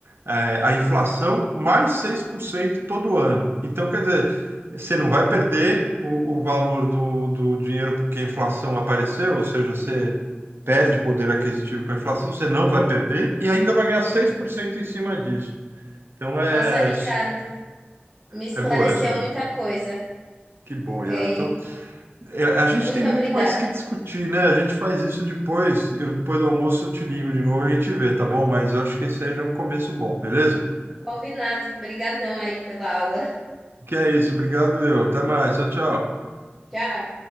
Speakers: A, on the right; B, in the centre.
A: É, a inflação mais 6% todo ano. Então, quer dizer, você não vai perder o, o valor do, do dinheiro porque a inflação apareceu, ou seja, você perde poder aquisitivo com a inflação, você não vai perder e ainda vai ganhar 6% em cima disso. Então, é,
B: Nossa, Ricardo, me esclareceu
A: é boa essa,
B: muita
A: né?
B: coisa.
A: Que bom,
B: hein?
A: Yara. Então, é, a gente
B: Muito
A: tem muito
B: obrigada.
A: mais que discutir, né? A gente faz isso depois. Eu, depois do almoço eu te ligo de novo e a gente vê, tá bom? Mas eu acho que esse aí já é um começo bom, beleza?
B: Combinado. Brigadão aí pela aula. <laughs>
A: Que é isso. Obrigado, eu. Até mais. Tchau, tchau.
B: Tchau.